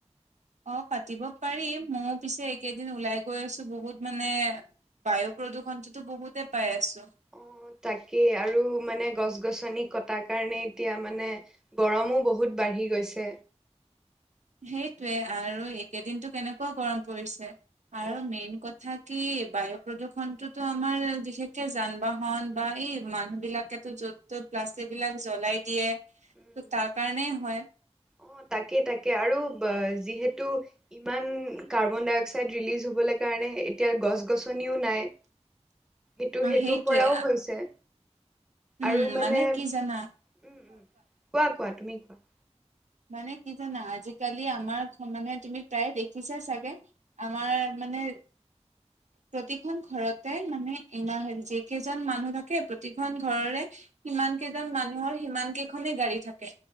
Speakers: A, on the right (about 85°); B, in the centre.
A: অ পাতিব পাৰিম, ময়ো পিছে এইকেইদিন ওলাই গৈ আছো বহুত মানে বায়ু প্ৰদূষণটোতো বহুতে পাই আছো।
B: অ তাকেই আৰু মানে গছ - গছনি কটাৰ কাৰণে এতিয়া মানে গৰমো বহুত বাঢ়ি গৈছে।
A: সেইটোৱে আৰু এই কেইদিনটো কেনেকুৱা গৰম পৰিছে আৰু
B: অ
A: মেইন কথা থাকি বায়ু প্ৰদূষণটোতো আমাৰ বিশেষকে যান বাহন বা এই মানুহ বিলাকেতো যত তত প্লাষ্টিক বিলাক জ্বলাই দিয়ে ত'
B: উম
A: তাৰ কাৰণেই হয়
B: অ তাকে তাকে আৰু বা যিহেতু ইমান কাৰ্বন- ডাই- অক্সাইড ৰিলিজ হ'বলে কাৰণে এতিয়া গছ গছনিও নাই
A: <unintelligible>
B: এইটো সেইটোৰ
A: সেইটোৱে
B: পৰাও হৈছে
A: উম
B: আৰু মানে উম
A: কি জানা
B: উম কোৱা কোৱা তুমি কোৱা
A: মানে কি জানা আজিকালি আমাৰ মানে তুমি প্ৰায় দেখিছাই চাগে আমাৰ মানে প্ৰতিখন ঘৰতে মানে এনে হেৰি যি কেইজন মানুহ থাকে প্ৰতিখন ঘৰৰে সিমান কেইজন মানুহৰ সিমান কেইখনে গাড়ী থাকে